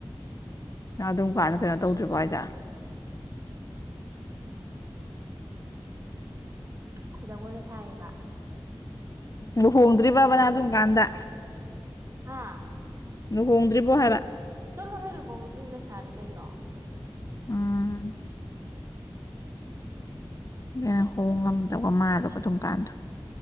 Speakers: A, on the left; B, on the right.
A: ꯅ ꯑꯗꯨꯝ ꯀꯥꯟꯅ ꯀꯩꯅꯣ ꯇꯧꯗ꯭ꯔꯤꯕꯣ ꯍꯥꯏꯁꯦ
B: ꯈ ꯖꯒꯣꯏꯒ ꯁꯥꯏꯌꯦꯕ
A: ꯂꯨꯍꯣꯡꯗ꯭ꯔꯤꯕ꯭ꯔꯕꯅ
B: ꯁꯤꯕꯨ
A: ꯑꯗꯨꯝ ꯀꯥꯟꯗ
B: ꯍꯥ
A: ꯂꯨꯍꯣꯡꯗ꯭ꯔꯤꯕꯣ ꯍꯥꯏꯕ
B: ꯆꯠꯂꯣ ꯍꯦ ꯂꯨꯍꯣꯡꯗ꯭ꯔꯤ ꯂꯩꯁꯥꯔꯤ ꯀꯩꯅꯣ
A: ꯑꯥ ꯅ ꯍꯣꯡꯉꯝꯗꯧꯕ ꯃꯥꯜꯗꯕ ꯑꯗꯨꯝ ꯀꯥꯟꯗꯣ